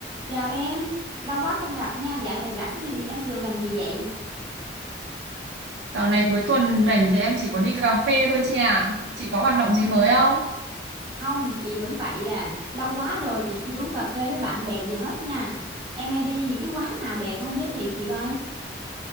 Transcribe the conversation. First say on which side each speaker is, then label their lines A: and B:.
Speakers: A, on the right (about 25°); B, on the right (about 80°).
A: Chào em, lâu quá không gặp nha, dạo này rảnh thì em thường làm gì vậy?
B: Dạo này cuối tuần rảnh thì em chỉ có đi cà phê thôi chị ạ. Chị có hoạt động gì mới không?
A: Không, chị vẫn vậy à, lâu quá rồi chị chưa đi uống cà phê với bạn bè gì hết nha. Em hay đi những cái quán nào đẹp không giới thiệu chị coi.